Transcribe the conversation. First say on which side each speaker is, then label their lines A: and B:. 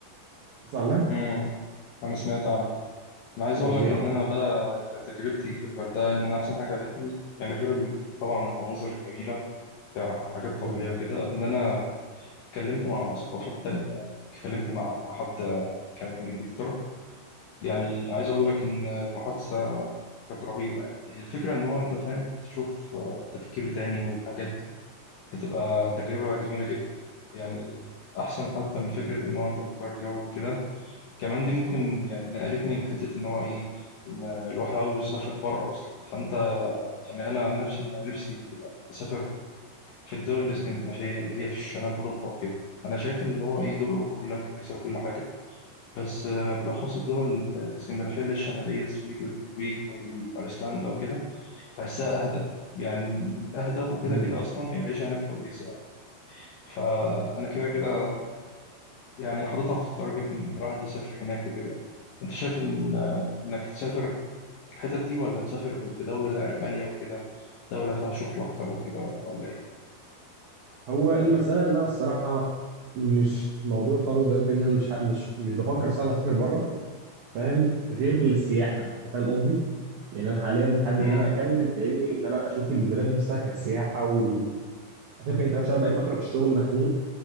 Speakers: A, on the right; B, on the left.
A: تسمع عنها
B: مم. أنا سمعت عنها انا عايز اقول
A: فظيعة
B: لك ان انا بقى كتجربتي في الغردقه ان انا احسن حاجه عجبتني يعني غير ال- طبعا المناظر الجميله كحاجات طبيعيه
A: مم.
B: وكده ان انا اتكلمت مع ثقافات تانية يعني اتكلمت مع حد كان من انجلترا يعني عايز اقول لك ان المحادثه كانت رهيبه يعني الفكره ان هو انت فاهم تشوف تفكير تاني والحاجات دي بتبقى تجربه
A: مم.
B: جميله جدا يعني احسن حتى من فكره ان هو انت بتغير جو وكده كمان دي ممكن يعني نقلتني لحتة إن هو إيه إن الواحد عاوز يسافر بره أصلا فأنت يعني أنا عن نفسي أنا نفسي أسافر في الدول الإسكندنافية اللي هي في شمال أوروبا وكده أنا شايف إن هو إيه دول أوروبا كلها كويسة وكل حاجة بس آه، بالأخص الدول الإسكندنافية اللي هي الشمالية السويد والنرويج وأيسلندا وكده بحسها أهدى يعني أهدى وكده
A: مم.
B: كده أصلا العيشة هناك كويسة يعني. فأنا كده كده يعني حاططها في التارجت إن الواحد يسافر هناك وكده أنت شايف إن إنك تسافر الحتت دي ولا تسافر في دولة زي ألمانيا وكده دولة فيها شغل أكتر وكده ولا إيه؟
A: هو المسألة إن أنا الصراحة مش موضوع خالص دلوقتي إن أنا مش ح- مش مش بفكر الصراحة أسافر بره فاهم غير للسياحة أنت فاهم قصدي؟ يعني أنا حاليا حابب
B: امم
A: إن أنا أكمل فاهمني إن أنا أشوف البلاد نفسها كسياحة و عارف أنت بقى، عشان أنا بقالي فترة في الشغل مخنوق